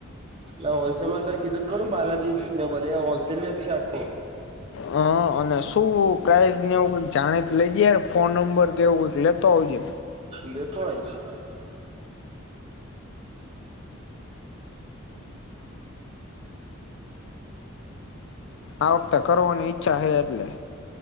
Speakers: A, on the right; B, on the left.
A: ના હોલસેલ માં ત કીધું જ કરું બાલાજી સિઝનેબલ એ હોલસેલ જ છે આખો
B: હ અને શું પ્રાયને એવું કઈક જાણી લઈ જેાર ફોન નંબર કે એવું કઈક લેતો આવજે
A: લેતો આઈશ
B: આ વખતે કરવાની ઈચ્છા હ એટલે